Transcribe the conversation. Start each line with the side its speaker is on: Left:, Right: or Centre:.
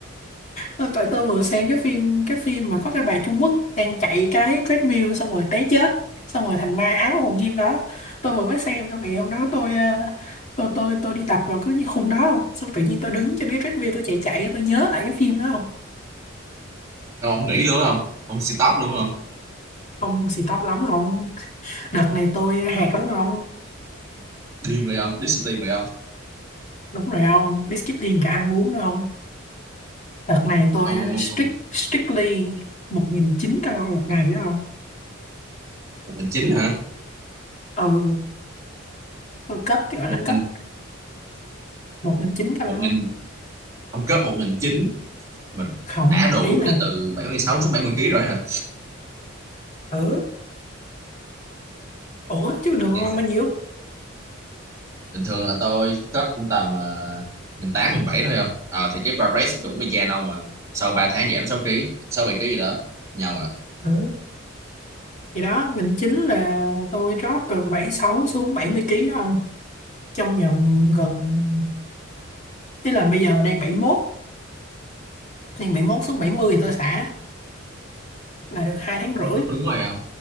Left: ờ, tại tôi vừa xem cái phim cái phim mà có cái bà Trung Quốc đang chạy cái treadmill xong rồi té chết xong rồi thành ma ám ở phòng gym đó tôi vừa mới xem xong ngày hôm đó tôi à, tôi tôi tôi đi tập vào cái khung đó không xong tự nhiên tôi đứng trên cái treadmill tôi chạy chạy tôi nhớ lại cái phim đó không
Right: Sao ông nghỉ luôn không ông stop luôn không
Left: không xì tóc lắm không Đợt này tôi hẹt lắm ông
Right: điên rồi không discipline rồi không
Left: Đúng rồi ông Đi skip liền cả ăn uống đâu ông Đợt này tôi
Right: ông
Left: uh, strict, strictly một nghìn chín 900 calo một ngày đó ông
Right: một nghìn chín hả
Left: Ừ tôi cất thì gọi
Right: một
Left: là cất
Right: nghìn
Left: 1.900
Right: một
Left: calo
Right: nghìn ông cấp một nghìn chín mình
Left: Không
Right: đã đủ
Left: ý là
Right: để từ 76 xuống 70 kg rồi hả
Left: ở Ủa chứ bình thường
Right: nghe
Left: ông ăn bao nhiêu
Right: bình thường là tôi cất cũng tầm uh, 18 bảy thôi không ờ thì cái progress cũng y chang đâu mà sau 3 tháng giảm 6 ký 6 7 ký gì đó nhau à
Left: Ừ thì đó nghìn chín là tôi drop từ bảy sáu xuống 70 kg đó ông Trong vòng gần Ý là bây giờ đang 71 Đang bảy mốt xuống 70 thì tôi xả Là được hai tháng rưỡi
Right: đúng rồi không